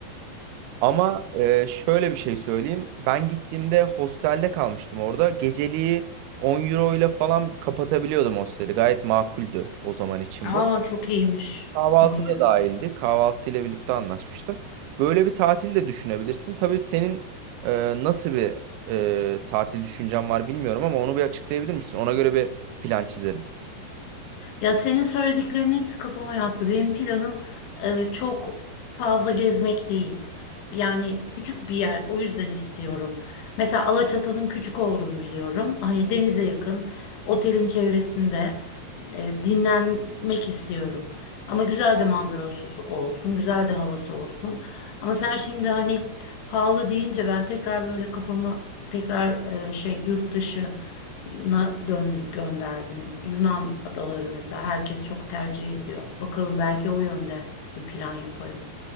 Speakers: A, on the right; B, on the left.
A: Ama e, şöyle bir şey söyleyeyim. Ben gittiğimde hostelde kalmıştım orada. Geceliği 10 euro ile falan kapatabiliyordum hosteli. Gayet makuldü o zaman için
B: Aa
A: bu.
B: çok iyiymiş.
A: Kahvaltı
B: 10
A: da dahildi. Kahvaltı ile birlikte anlaşmıştım. Böyle bir tatil de düşünebilirsin. Tabii senin e, nasıl bir e, tatil düşüncen var bilmiyorum ama onu bir açıklayabilir misin? Ona göre bir plan çizerim.
B: Ya senin söylediklerinin hepsi kafama yattı. Benim planım e, çok fazla gezmek değil. Yani küçük bir yer, o yüzden istiyorum. Mesela Alaçatı'nın küçük olduğunu biliyorum. Hani denize yakın, otelin çevresinde e, dinlenmek istiyorum. Ama güzel de manzarası olsun, güzel de havası olsun. Ama sen şimdi hani pahalı deyince ben tekrar böyle kafamı tekrar e, şey yurt dışı na dön dönderdim. Yunan adaları mesela herkes çok tercih ediyor. Bakalım belki o yönde bir plan yaparım.